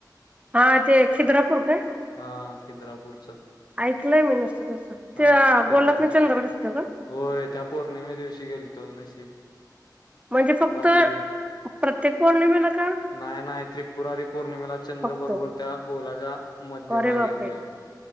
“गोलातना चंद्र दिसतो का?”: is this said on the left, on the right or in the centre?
Right